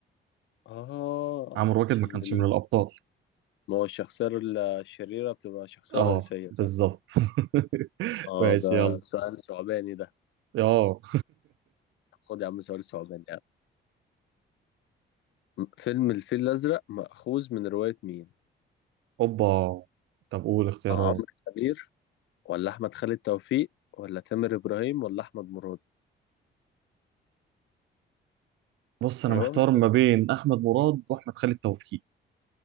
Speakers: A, on the left; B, on the right.
A: اه
B: عمرو واكد
A: عشان
B: ما كانش
A: ال...
B: من الأبطال
A: ما هو الشخصية الشريرة بتبقى شخصية
B: اه
A: رئيسية
B: بالظبط
A: صح
B: <laughs>
A: اه
B: ماشي
A: ده
B: يلا
A: سؤال ثعباني ده
B: اه
A: خد يا عم سؤال ثعباني يعني فيلم الفيل الأزرق مأخوذ من رواية مين؟
B: اوبا طب قول اختيارات
A: عمرو سمير ولا أحمد خالد توفيق ولا تامر إبراهيم ولا أحمد مراد؟
B: بص انا
A: الرواية
B: محتار
A: مش
B: ما بين احمد مراد واحمد خالد توفيق